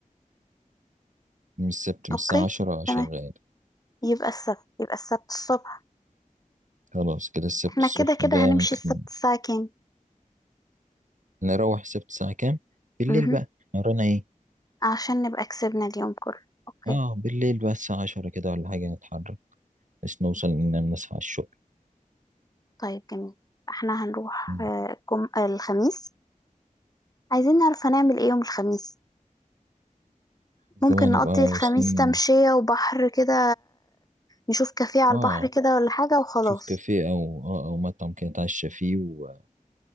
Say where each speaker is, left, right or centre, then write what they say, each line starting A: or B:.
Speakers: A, on the right; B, on the left.
A: يوم السبت من
B: اوكي
A: الساعة عشرة شغال
B: تمام يبقى السبت يبقى السبت الصبح
A: خلاص كده السبت
B: احنا
A: الصبح
B: كده
A: ده
B: كده هنمشي
A: ممكن
B: السبت الساعة كام
A: نروح السبت الساعة كام بالليل
B: مهم.
A: بقى ورانا ايه
B: عشان نبقى كسبنا اليوم كله اوكي
A: اه بالليل بقى الساعة عشرة كده ولا حاجة نتحرك بس نوصل إن نصحى على الشغل
B: طيب جميل احنا هنروح
A: مم.
B: آه، الجم... آه، الخميس عايزين نعرف هنعمل ايه يوم الخميس
A: زمان
B: ممكن نقضي
A: نبقى
B: الخميس
A: واصلين
B: تمشية وبحر كده نشوف كافيه على
A: اه
B: البحر كده ولا حاجة وخلاص
A: شوف كافيه أو آه، أو مطعم كده نتعشى فيه و...